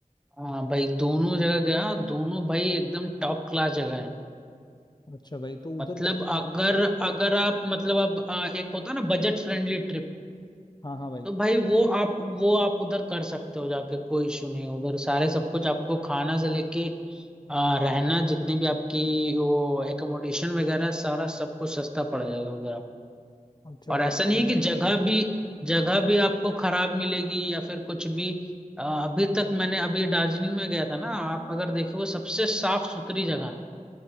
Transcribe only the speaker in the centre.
हाँ भाई दोनों जगह गया दोनों भाई एकदम टॉप क्लास जगह है
मतलब
अगर अगर आप मतलब अब आ, एक होता है ना बजट फ्रेंडली ट्रिप
तो भाई वो आप वो आप उधर कर सकते हो जाके कोई इशू नहीं है। उधर सारे सब कुछ आपको खाना से लेके आ, रहना जितनी भी आपकी वो एकोमोडेशन वगैरह सारा सब कुछ सस्ता पड़ जाएगा उधर आप
और
ऐसा नहीं है कि जगह भी जगह भी आपको खराब मिलेगी या फिर कुछ भी आ, अभी तक मैंने अभी दार्जिलिंग में गया था ना आप अगर देखोगे सबसे साफ सुथरी जगह है,